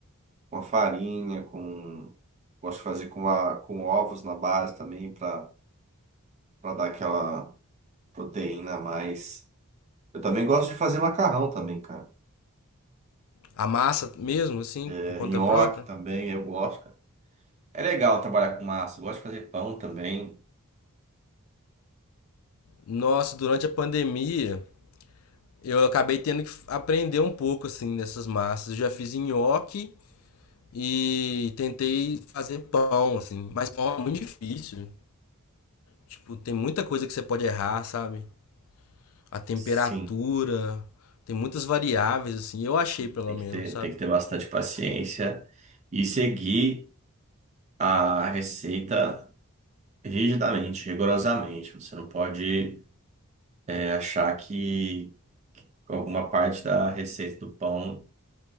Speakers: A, on the right; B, on the left.
A: com a farinha, com... Gosto de fazer com, a, com ovos na base também para dar aquela proteína a mais. Eu também gosto de fazer macarrão também, cara.
B: A massa mesmo, assim,
A: É,
B: por conta
A: nhoque
B: própria?
A: também, eu gosto. É legal trabalhar com massa. Eu gosto de fazer pão também.
B: Nossa, durante a pandemia, eu acabei tendo que aprender um pouco, assim, nessas massas. Eu já fiz nhoque e tentei fazer pão, assim. Mas pão é muito difícil. Tipo, tem muita coisa que você pode errar, sabe? A temperatura,
A: Sim,
B: tem muitas variáveis, assim. Eu achei,
A: sim.
B: pelo
A: Tem que
B: menos,
A: ter,
B: sabe?
A: tem que ter bastante paciência e seguir a receita rigidamente, rigorosamente. Você não pode, é, achar que alguma parte da receita do pão